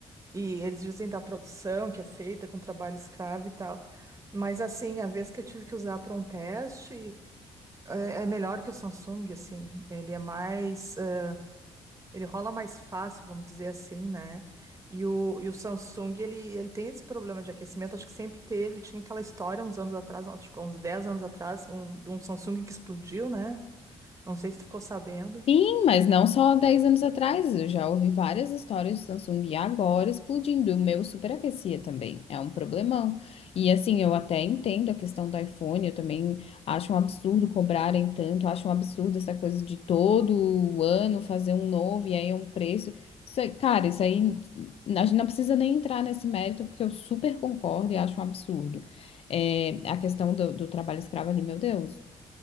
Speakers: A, on the right; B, on the left.
A: E eles dizem da produção que é feita com trabalho escravo e tal. Mas assim, a vez que eu tive que usar para um teste. É é melhor que o Samsung, assim. Ele é mais. eh, ele rola mais fácil, vamos dizer assim, né? E o, e o Samsung, ele, ele tem esse problema de aquecimento, acho que sempre teve. Tinha aquela história uns anos atrás, acho que uns 10 anos atrás, um, de um Samsung que explodiu, né? Não sei se tu ficou sabendo.
B: Sim, mas não só 10 anos atrás, eu já ouvi várias histórias de Samsung e agora explodindo. O meu superaquecia também, é um problemão. E assim, eu até entendo a questão do iPhone, eu também acho um absurdo cobrarem tanto, acho um absurdo essa coisa de todo ano fazer um novo e aí é um preço. Isso aí, cara, isso aí a gente não precisa nem entrar nesse mérito, porque eu super concordo e acho um absurdo. É, a questão do, do trabalho escravo ali, meu Deus.